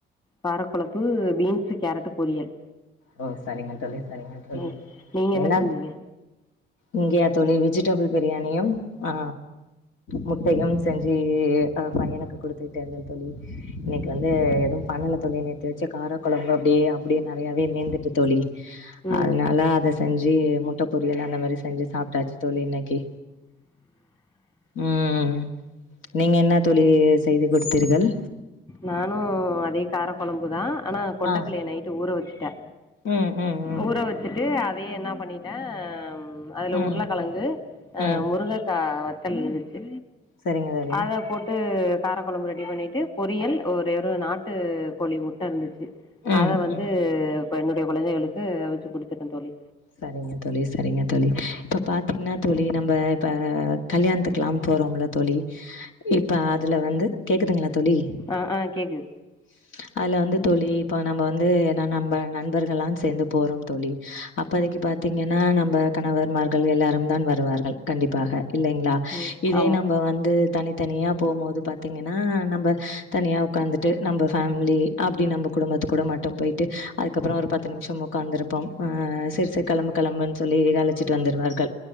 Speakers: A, on the left; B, on the left.
A: காரக்கொழம்பு பீன்ஸ் கேரட்டு பொரியல்
B: ஓ சரிங்க தோழி சரிங்க தோழி
A: ம் நீங்க
B: என்ன
A: செஞ்சீங்க
B: இங்கியா தோழி வெஜிடபிள் பிரியாணியும் ஆ முட்டையும் செஞ்சு அ பையனுக்கு குடுத்துவிட்டேன் தோழி இன்னைக்கி வந்து எதுவு பண்ணல தோழி நேத்து வச்ச கார கொழம்பு அப்டியே அப்டியே நெறையாவே மீந்துட்டு தோழி
A: ம்
B: அதனால அத செஞ்சு முட்டை பொரியல் அந்த மாரி செஞ்சு சாப்பிட்டாச்சு தோழி இன்னைக்கி ம் நீங்க என்ன தோழி செய்து கொடுத்தீர்கள்
A: நானு அதே கார கொழம்புதா ஆனா கொண்டக்கலைய
B: ஆ
A: நைட்டு ஊற வச்சுட்டே
B: ம் ம் ம்
A: ஊற வச்சுட்டு அதையே என்ன பண்ணிட்டே அதுல
B: ம்
A: உருளைக்கெழங்கு
B: ம்
A: முருங்கைக்கா வத்தல் இருந்துச்சு
B: சரிங்க தோழி
A: அதப் போட்டு காரக்கொழம்பு ரெடி பண்ணிட்டு பொரியல் ஒரே ஒரு நாட்டு கோழி முட்ட இருந்துச்சு
B: ம்
A: அத வந்து
B: ம்
A: என்னுடைய குழந்தைகளுக்கு அவுச்சி குடுத்துட்டே தோழி
B: சரிங்க தோழி சரிங்க தோழி இப்ப பாத்தீங்கன்னா தோழி நம்ம இப்ப கல்யாணத்துக்கெல்லா போறோம்ல தோழி இப்ப அதுல வந்து கேக்குதுங்ளா தோழி
A: ஆ ஆ கேக்து
B: <inaudible> அதுல வந்து தோழி இப்ப நம்ப வந்து நா நம்ப நண்பர்கள்ல்லா சேர்ந்து போறோ தோழி இப்போதிக்கு பார்த்தீங்ன்னா நம்ம கணவர்மார்கள் எல்லாரும் தா வருவார்கள் கண்டிப்பாக இல்லைங்ளா
A: ம்
B: இதே
A: ஆமா
B: நம்ப வந்து தனித்தனியா போபோது பாத்தீங்ன்னா நம்ப தனியா உக்காந்துட்டு நம்ப ஃபேமிலி அப்டி நம்ப குடும்பத்து கூட மட்டு போய்ட்டு அதுக்கப்றோ ஒரு பத்து நிமிஷம் உடக்காந்துருப்போம் ஆ செ ரி கிளம்பு கிளம்புனு சொல்லி அழச்சிட்டு வந்தடுவார்கள்